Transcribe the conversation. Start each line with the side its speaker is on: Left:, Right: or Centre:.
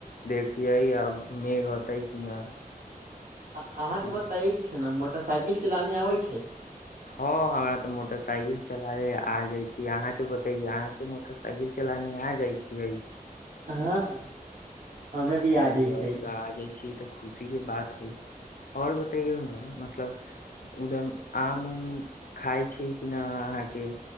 Left: देखिये आब मेघ होते कि न
Right: अहाँके
Left: ई
Right: बताय छै ने म मोटरसाइकिल चलाने अबै छै
Left: हँ हमरा तऽ मोटरसाइकिल चलाबे आ जाय छी अहाँ के बतेय अहाँ के मोटरसाइकिल चलााने आ जाय छीियै
Right: हँ हमे भी
Left: चलि
Right: जाइ
Left: आ
Right: छै
Left: तऽ आ जाइ छी तऽ खुशी के बात हइ आओर बतैयौ ने मतलब उधर आम उम खाइ छी कि न अहाँके